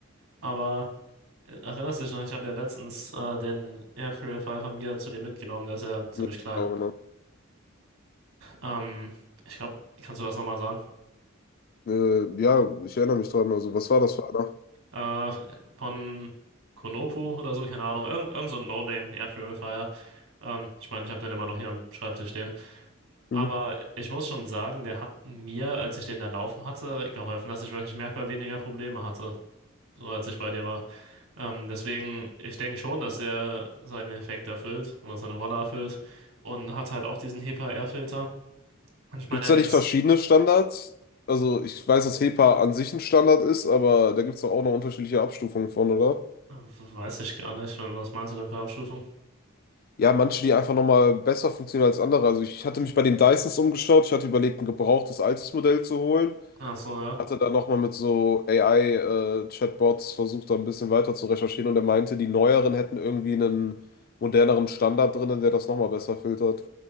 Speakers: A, on the right; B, on the left.
A: aber äh, erinnerst du dich noch, ich habe ja letztens äh, den Air Purifier von mir zu dir mitgenommen, der ist ja ziemlich
B: nee,
A: klein.
B: genau, genau.
A: Ähm, ich glaube, kannst du das nochmal sagen?
B: Äh, ja, ich erinnere mich dran. Also, was war das für einer?
A: Äh, von Konopu oder so, keine Ahnung. Irgend, irgend so ein No-Name Air Purifier. Ähm, ich meine, ich habe den immer noch hier am Schreibtisch stehen. Aber
B: Hm.
A: ich muss schon sagen, der hat mir, als ich den da laufen hatte, geholfen, dass ich wirklich merkbar weniger Probleme hatte, so als ich bei dir war. Ähm, deswegen, ich denke schon, dass der seinen Effekt erfüllt oder seine Rolle erfüllt und hat halt auch diesen HEPA-R-Filter. Und ich meine,
B: Gibt
A: der
B: es da
A: hat jetzt,
B: nicht verschiedene Standards? Also, ich weiß, dass HEPA an sich ein Standard ist, aber da gibt es doch auch noch unterschiedliche Abstufungen von, oder?
A: äh, weiß ich gar nicht, was meinst du denn für Abstufung?
B: Ja, manche, die einfach nochmal besser funktionieren als andere. Also ich hatte mich bei den Dysons umgeschaut. Ich hatte überlegt, ein gebrauchtes altes Modell zu holen.
A: Ach so, ja.
B: Hatte dann nochmal mit so AI-Chatbots versucht, da ein bisschen weiter zu recherchieren. Und er meinte, die neueren hätten irgendwie einen moderneren Standard drin, der das nochmal besser filtert.